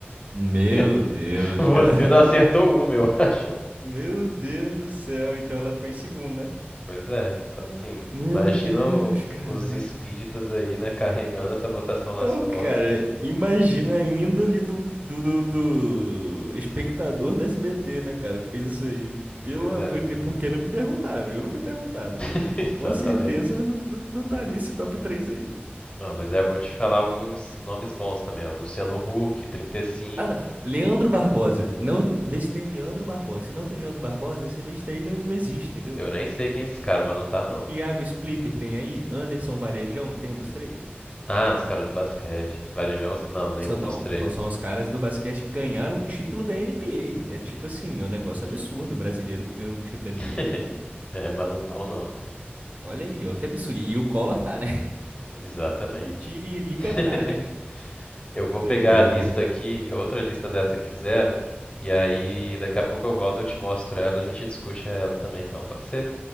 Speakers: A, on the right; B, on the left.
A: Meu
B: <laughs>
A: Deus,
B: Você
A: cara.
B: não acertou
A: <laughs>
B: uma, eu acho.
A: Meu Deus do céu. Então ela ficou em segundo, né?
B: Pois é. Então, assim,
A: Meu
B: imagina
A: Deus,
B: o-
A: cara.
B: os espíritas aí, né, carregando essa votação nas
A: Não,
B: costas.
A: cara, imagina a índole do, do, do, do espectador da SBT, né, cara, que fez isso aí. Pelo
B: Pois
A: amor
B: é.
A: de Deus, por que não me perguntaram? Eu não fui perguntado.
B: <laughs> Exatamente.
A: Com certeza eu não, não, não estaria esse top 3 aí.
B: Ah, mas eu vou te falar alguns nomes bons também, ó. Luciano Huck, 35.
A: Ah, não. Leandro Barbosa. Não, vê se tem Leandro Barbosa. Se não tem Leandro Barbosa, essa lista aí não, não existe, entendeu?
B: Eu nem sei quem é esse cara, mas não tá, não.
A: Thiago Splitter tem aí? Anderson Varejão tem um dos três?
B: Ah, os caras do basquete. Varejão, não, nenhum
A: São,
B: dos
A: não,
B: três.
A: são os caras do basquete que ganharam um título da NBA. É tipo assim, é um negócio
B: Hum.
A: absurdo. um Brasileiro que ganhou um título da NBA,
B: <laughs>
A: ué.
B: É, mas não tão, não.
A: Olha aí, ó, que absurdo. E o Collor tá, né? <laughs>
B: Exatamente.
A: E o Tiririca
B: <laughs>
A: tá, né?
B: Eu vou
A: Doideira,
B: pegar a lista
A: cara.
B: aqui, outra lista dessa que fizeram, e aí daqui a pouco eu volto, eu te mostro ela, a gente discute ela também, então, pode ser?